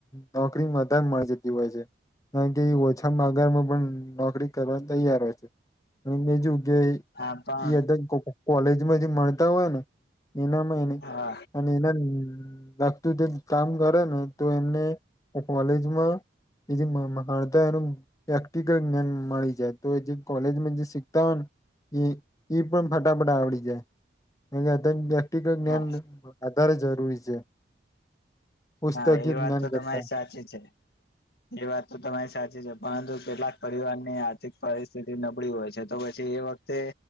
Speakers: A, on the left; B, on the left.
A: નોકરી વધારે મળ જતી હોય છે કારણ કે એ ઓછામાં આગારમાં પણ નોકરી કરવા તૈયાર હોય છે અને બીજ કે
B: હા પણ
A: કોલેજમાં જે મળતા હોય ને એનામાં એ ન
B: હા
A: અને એના લાગતું તે કામ કરે ને તો એમને કોલેજમાં એ જે માતાનું પ્રેક્ટિકલ જ્ઞાન મળી જાય તો જે કોલેજમાં જે શીખતા ઈ પણ ફટાફટા આવડી જાય એ કે પ્રેક્ટિકલ જ્ઞાન
B: હા
A: આધારે જરૂરી છે પુસ્તકીય
B: હા એ વાત
A: જ્ઞાન
B: તો
A: કરતા
B: તમારી સાચી છે એ વાત તો તમારી સાચી છે પરંતુ કેટલાક પરિવાર ની આર્થિક પરિસ્થિતિ નબળી હોય છે તો પછી એ વખતે